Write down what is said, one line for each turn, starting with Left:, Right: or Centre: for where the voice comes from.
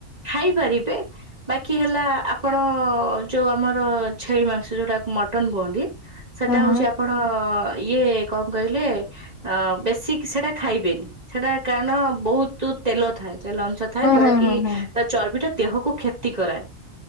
Right: ଖାଇପାରିବେ। ବାକି ହେଲା ଆପଣ ଯୋଉ ଆମର ଛେଳି ମାଂସ ଯୋଉଟାକୁ ମଟନ୍ କୁହନ୍ତି। ସେଟା
Left: ହୁଁ ହୁଁ।
Right: ହଉଛି ଆପଣ ଇଏ କଣ କହିଲେ ଅଁ, ବେଶୀକି ସେଟା ଖାଇବେନି। ସେଟା କାରଣ ବହୁତୁ ତେଲ ଥାଏ। ତେଲ ଅଂଶ ଥାଏ
Left: ହୁଁ
Right: ଯୋଉଟା
Left: ହୁଁ
Right: କି
Left: ହୁଁ ହୁଁ
Right: ଏ ଚର୍ବିଟା ଦେହକୁ କ୍ଷତି କରାଏ।